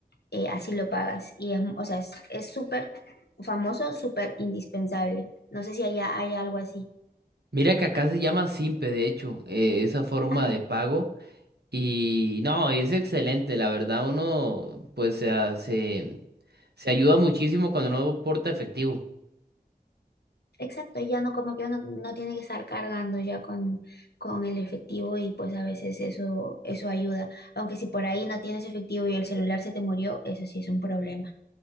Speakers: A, on the left (about 80°); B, on the right (about 80°).
A: eh, así lo pagas. Y es, o sea, es es súper famoso, súper indispensable. No sé si allá hay algo así.
B: Mira que acá se llama Simpe, de hecho, eh, esa forma
A: Ah, mira,
B: de pago. Y no, es excelente, la verdad, uno pues se, se, se ayuda muchísimo cuando no porta efectivo.
A: exacto, ya no, como que uno no tiene que estar cargando ya con, con el efectivo y pues a veces eso, eso ayuda. Aunque si por ahí no tienes efectivo y el celular se te murió, eso sí es un problema.